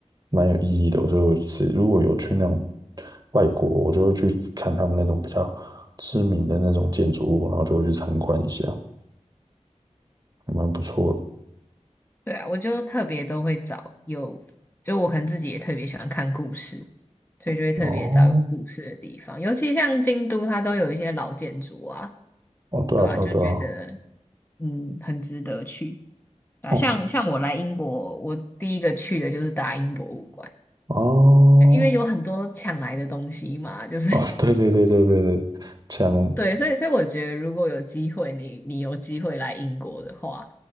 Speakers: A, on the right; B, on the left.
A: 蛮有意义的。所以我是如果有去那种外国，我就会去看他们那种比较知名的那种建筑物，然后就会去参观一下，还蛮不错的。
B: 对啊，我就特别都会找有，就我可能自己也特别喜欢看故事，所以就会特别找有故事的地方，
A: 哦，
B: 尤其像京都，它都有一些老建筑啊，
A: 哦，对啊，
B: 对吧？
A: 对啊，
B: 就觉得
A: 对啊，
B: 嗯，很值得去啊。
A: 哦，
B: 像像我来英国，我第一个去的就是大英博物馆。
A: 哦，
B: 因为有很多抢来的东西嘛，
A: <laughs>
B: 就是
A: 哦，对对对对对对，讲
B: <laughs> 对，所以所以我觉得如果有机会，你你有机会来英国的话，